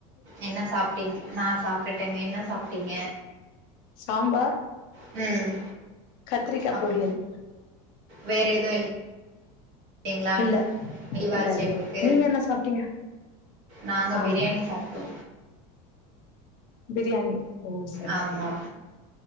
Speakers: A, on the right (about 70°); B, on the left (about 60°).
A: என்ன சாப்டீங்க நா சாப்டுட்டேங்க என்ன சாப்டிங்க
B: சாம்பார்
A: ம்
B: கத்திரிக்கா
A: அப்
B: பொரியல்
A: வேற எதுவு இல் ங்களா
B: இல்ல
A: லீவாச்சு
B: இல்ல இல்ல
A: உங்களுக்கு
B: நீங்க என்ன சாப்ட்டீங்க
A: நாங்க
B: ஆ
A: பிரியாணி சாப்டோ
B: பிரியாணி ஓ சரி
A: ஆமா